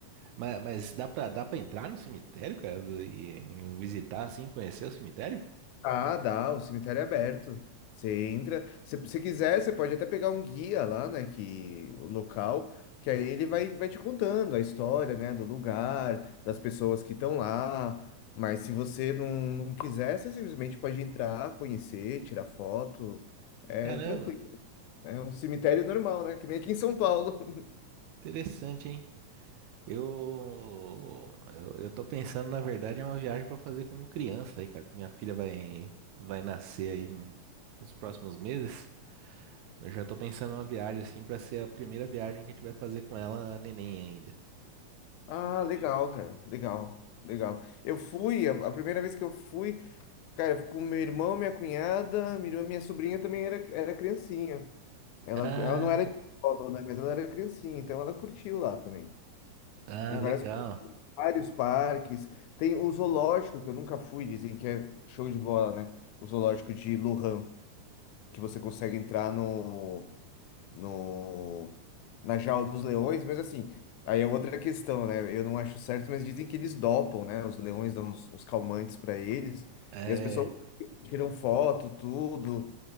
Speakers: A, on the right (about 75°); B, on the left (about 80°).
A: mas, mas dá pra, dá pra entrar no cemitério, cara, e visitar assim, conhecer o cemitério?
B: Ah, dá, o cemitério é aberto. Você entra, se você quiser, você pode até pegar um guia lá, né, que o local, que aí ele vai, vai te contando a história, né, do lugar, das pessoas que estão lá. Mas se você não, não quiser, você simplesmente pode entrar, conhecer, tirar foto. É
A: Caramba,
B: tranquilo. É um cemitério normal, né, que nem aqui em São Paulo. <laughs>
A: interessante, hein? Eu, eu, eu tô pensando, na verdade, em uma viagem pra fazer com criança aí, cara. que Minha filha vai, vai nascer aí n- nos próximos meses. Eu já tô pensando em uma viagem assim pra ser a primeira viagem que a gente vai fazer com ela, neném ainda.
B: Ah, legal, cara. Legal, legal. Eu fui, a, a primeira vez que eu fui Cara, eu fui com meu irmão, minha cunhada, minha irmã, minha sobrinha também era, era criancinha. Ela,
A: Ah,
B: ela não era de escola, né? Mas ela era criancinha, então ela curtiu lá também.
A: ah,
B: Em
A: legal.
B: várias, vários parques. Tem o zoológico, que eu nunca fui, dizem que é show de bola, né? O zoológico de Lujan, que você consegue entrar no, no, na jaula dos leões, mas assim, aí é outra questão, né? Eu não acho certo, mas dizem que eles dopam, né? Os leões dão uns, uns calmantes para eles,
A: É.
B: e as pessoas tiram foto, tudo,